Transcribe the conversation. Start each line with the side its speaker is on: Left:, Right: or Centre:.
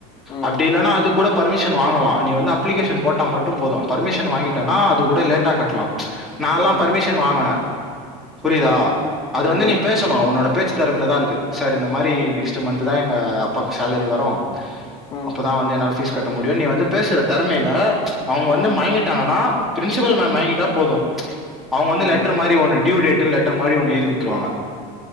Left: ம்
Centre: அப்டி இல்லன்னா அது கூடப் பர்மிஷன் வாங்கலா நீ வந்து அப்ளிகேஷன் போட்டா மட்டு போது பர்மிஷன் வாங்கிட்டனா அது கூட லேட்டா கட்லா நால்லா
Left: ம்
Centre: பர்மிஷன் வாங்கின புரியுதா
Left: ம் ம்
Centre: அது வந்து
Left: ம்
Centre: நீ பேசணு உன்னோட பேச்சு தேரமையில தா இருக்கு சார் இந்த மாரி
Left: ம்
Centre: நெக்ஸ்ட் மந்த் தா எங்க அப்பாக்கு சேலரி வ ரோ
Left: ம்
Centre: அப்போதா வந்து என்னால ஃபீஸ் கட்ட முடியு நீ வந்து பேசுற தேறமையில அவுங்க
Left: ம்
Centre: வந்து மயங்கிட்டாங்கன்னா பிரின்சிபல் மேம் மயங்கிட்ட போது அவுங்க வந்து
Left: ம்
Centre: லெட்டர் மாரி ஒன்னு டூயு டேட்ன்னு லெட்ரு மாரி எய்தி குடுத்துருவாங்க